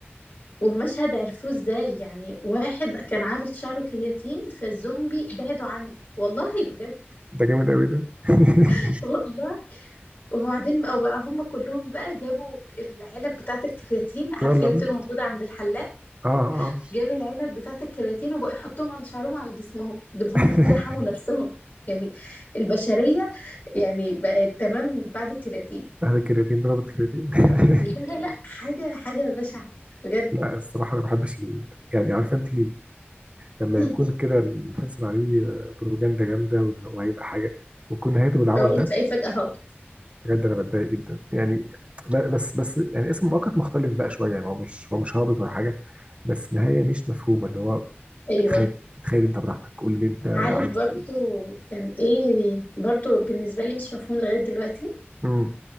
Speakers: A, on the left; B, on the right.
A: ومشهد عرفوه ازاي يعني واحد كان عامل شعره كرياتين فالزومبي بعدوا عنه والله بجد
B: ده جامد قوي ده <laughs>
A: <laughs> والله وبعدين بقى, بقى هم كلهم بقى جابوا العلب بتاعة الكرياتين عارف
B: يلا
A: اللي
B: بينا
A: بتبقى موجودة عند الحلاق
B: اه اه
A: جاب العلب بتاعة الكرياتين وبقى يحطهم على شعرهم وعلى جسمهم دول هم
B: <laughs>
A: كده حموا نفسهم يعني البشرية يعني بقت تمام بعد الكرياتين
B: هذا كرياتين ضربت كرياتين <laughs>
A: لا لا لا حاجة حاجة بشعة بجد
B: لا الصراحة أنا ما بحبش ال... يعني عارفة أنت لما
A: <laughs>
B: يكون كده المسلسل عليه بروباجندا جامدة وإن هو هيبقى حاجة ويكون نهايته
A: <clears throat>
B: بالعبط
A: أو
B: ده
A: تلاقيه فجأة هبط
B: بجد أنا بتضايق جدا يعني ب- بس بس يعني اسم مؤقت مختلف بقى شوية يعني هو مش هو مش هابط ولا حاجة بس نهاية مش مفهومة اللي هو
A: أيوه
B: تخيل تخيل أنت براحتك قول اللي أنت عايز
A: عارف برضو
B: إيه.
A: كان ايه برضو بالنسبة لي مش مفهوم لغاية دلوقتي
B: امم